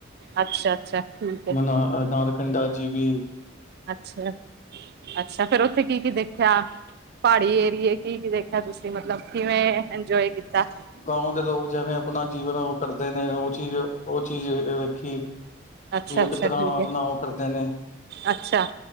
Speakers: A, on the right; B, on the left.
A: ਅੱਛਾ-ਅੱਛਾ ਠੀਕ ਐ।
B: ਅਹ ਅਹ ਨਾਨ ਪਿੰਡਾਂ ਜੀ ਬੀ
A: ਅੱਛਾ, ਅੱਛਾ ਫੇਰ ਓਥੇ ਕੀ-ਕੀ ਦੇਖਿਆ ਪਾੜੀ ਏਰੀਏ ਕੀ-ਕੀ ਦੇਖ ਹੈ ਤੁਸੀਂ ਮਤਲਬ ਕਿਵੇਂ ਐਂਜੋਏ ਕੀਤਾ?
B: ਗਾਉ ਦੇ ਲੋਕ ਜਿਵੇਂ ਅਪਨਾ ਜੀਵਨ ਕਰਦੇ ਨੇ ਓ ਚੀਜ਼, ਓ ਚੀਜ਼ ਵੇਖੀ।
A: ਅੱਛਾ
B: ਵੀ ਓ
A: ਅੱਛਾ
B: ਕਿਤਰਾਂ
A: ਠੀਕ ਹੈ
B: ਅਪਨਾ ਓ ਕਰਦੇ ਨੇ।
A: ਅੱਛਾ।